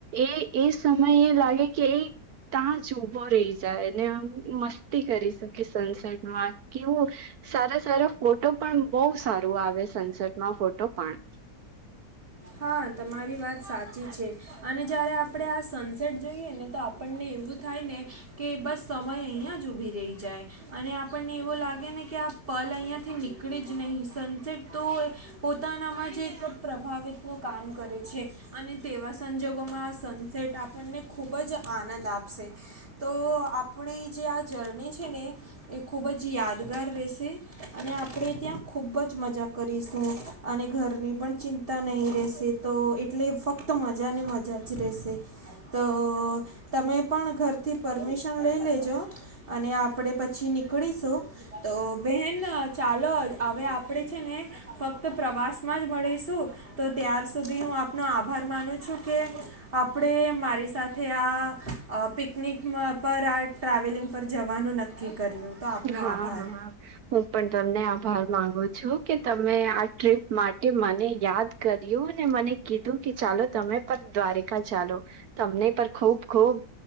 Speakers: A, on the right; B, on the right.
A: એ એ સમય એ લાગે કે એ ત્યાં જ ઉભો રહી જાય ને મસ્તી કરી શકે સનસેટમાં કેવું સારા સારા ફોટો પણ બહુ સારું આવે સનસેટમાં ફોટો પણ. <inaudible>
B: હા તમારી વાત સાચી છે અને જ્યારે આપણે આ સનસેટ જોઈએ ને તો આપણને એવું જ થાય ને કે બસ સમય અહં જ ઉભી રહી જાય અને આપણને એવો લાગે ને કે પ લ અહીંયાથી નીકળી જ નહીં સનસેટ તો પોતાનામાં જ એક પ્રભાવિત નુ કામ કરે છે અને તેવા સંજોગોમાં આ સનસેટ આપણને ખૂબ જ આનંદ આપશે તો આપણી જે આ જર્ની છે ને એ ખૂબ જ યાદગાર રહેશે અને આપણેે ત્યાં ખુબ જ મજા કરીશું અને ઘરની પણ ચિંતા નહી રહે વે તો એટલે ફક્ત મજા ને મજા જ રહેશે તો તમે પણ ઘરથી પરમિશન લઈ લેજો અને આપડે પછી નીળીશું તો બેન ચાલો હવે આપણે છે ને ફક્ત પ્રવાસ માં જ મળીશું તો ત્યાર સુધી હું આપનો આભાર માનું છું કે આપણે મારી સાથે આ પિકનિકમાં પર આ ટ્રાવેલિંગ પર જવાનું નક્કી કર્યું તો આપનો
A: હા
B: આભાર
A: હા હું પણ તમને આભાર મામાંગુ છું કે તમે આ ટ્રીપ માટે કે મને યાદ કર્યું મને કીધું કે ચાલો તમે પણ દ્વારિકા ચાલો તમને પર ખૂબ ખૂબ